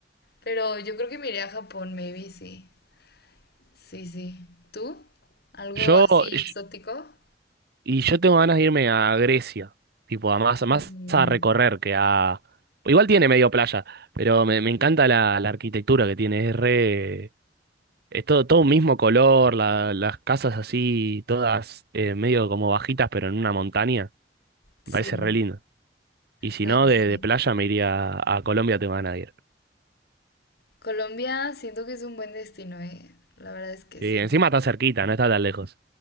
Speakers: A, on the left; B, on the right.
A: pero yo creo que me iré a Japón, maybe, sí. Sí, sí. ¿Tú? ¿Algo
B: <laughs> Yo...
A: así
B: yo-
A: exótico?
B: Y yo tengo ganas de irme a Grecia. Tipo, a más, más
A: Mm,
B: a recorrer que a... Igual tiene medio playa, pero me, me encanta la, la arquitectura que tiene. Es re... Es todo, todo un mismo color, la- las casas así, todas eh, medio como bajitas, pero en una montaña.
A: Sí,
B: Me parece re lindo. Y si
A: no,
B: no, de,
A: sí.
B: de playa me iría a, a Colombia, tengo ganas de ir.
A: Colombia siento que es un buen destino, eh. La verdad es que
B: Sí,
A: sí.
B: encima está cerquita, no está tan lejos.